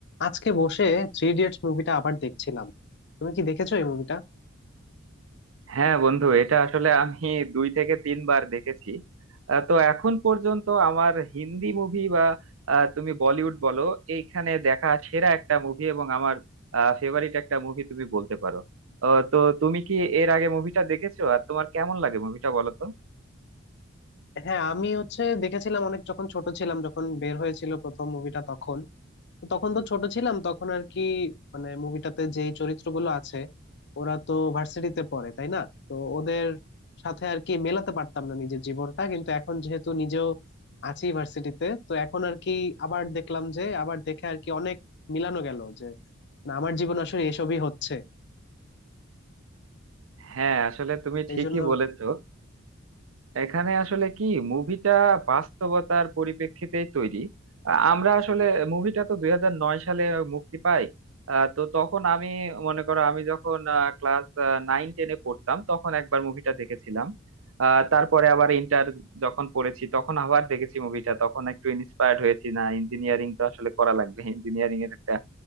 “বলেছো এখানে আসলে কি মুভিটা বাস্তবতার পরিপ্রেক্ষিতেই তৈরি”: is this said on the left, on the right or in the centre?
Right